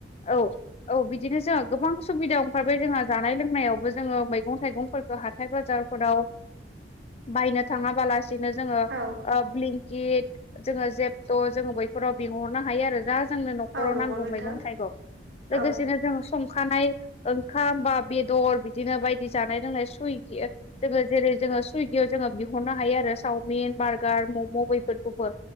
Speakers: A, on the left (about 35°); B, on the right (about 75°).
A: औ औ बिदिनो जों गोबां सुबिदा ओंखारबाय जोंहा जानाय लोंनायावबो जोङो मै मैगं-थाइगंफोरखौ हाथाइ बाजारफोराव बायनो थाङाबालास बिदिनो जोंङो
B: औ
A: ओ ब्लिंकिद जोङो जेप्त जोङो बैफोराव बिहर बिहरनो हायो आरो जा जोंनो न'खराव
B: औ नंगौ
A: नांगौ
B: नोंथां
A: मैगं-थाइगं
B: औ
A: लोगोसेनो जों संखानाय ओंखाम बा बेदर बिदिनो बायदि जानाय लोंनाय सुइगि जोंङो जेरै जोंङो सुइगियाव जोङो बिहरनो हायो आरो चावमिन, बार्गार, मम' बैफोरखौबो।